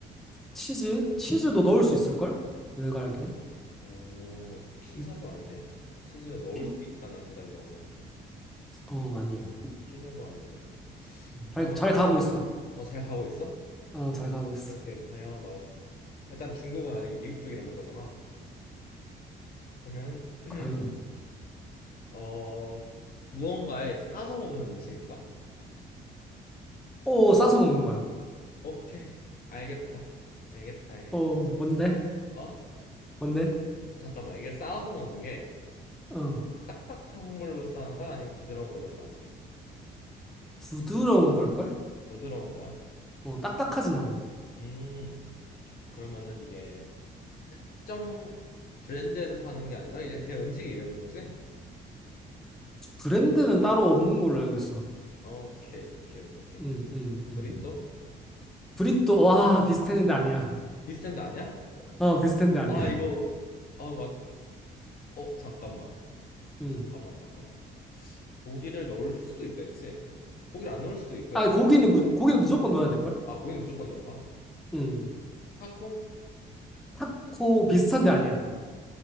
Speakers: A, in the centre; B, on the left (about 55°).
A: 치즈? 치즈도 넣을 수 있을걸? 내가 알기론.
B: 어 피자도
A: 음,
B: 아니네. 치즈를 넣을
A: 피?
B: 수 있다는 대답이 나오면
A: 어, 아니야.
B: 피자도 아닐 테고.
A: 잘,
B: 아,
A: 잘
B: 그-
A: 가고 있어.
B: 어, 잘 가고 있어?
A: 어, 잘 가고 있어.
B: 이렇게 방향은 맞았어. 일단 중국은 아니고 미국 쪽이란 건 거잖아. 그러면 <clears throat>
A: 과연?
B: 어 무언가에 싸서 먹는 음식인가?
A: 오, 싸서 먹는 거야.
B: 오케이 알겠다 알겠다 알겠다.
A: 어, 뭔데?
B: 어
A: 뭔데?
B: 잠깐만 이게 싸서 먹는 게
A: 어,
B: 딱딱한 걸로 싸는가 아니면 부드러운 걸로 싸나?
A: 부드러운 걸걸?
B: 부드러운 거야?
A: 어, 딱딱하진 않아.
B: 음 그러면은 이게 특정 브랜드에서 파는 게 아니라 이제 그냥 음식 이름인 거지?
A: 브랜드는 따로 없는 걸로 알고 있어.
B: 오케이 오케이 오케이.
A: 음, 음, 음.
B: 우리 또
A: 브리또 와 비슷했는데 아니야.
B: 비슷한 데 아니야?
A: 어 비슷했는데 아니야.
B: 아 이거 아 맞. 어 잠깐만.
A: 음.
B: 잠깐만 잠깐만 고기를 넣을 수도 있다 했지? 고기를 안 넣을 수도 있고
A: 아니
B: 야채
A: 고기는 무, 고기는
B: 있나?
A: 무조건 넣어야 될 걸.
B: 아 고기 무조건 들어가?
A: 음.
B: 타코?
A: 타코 비슷한데 아니야.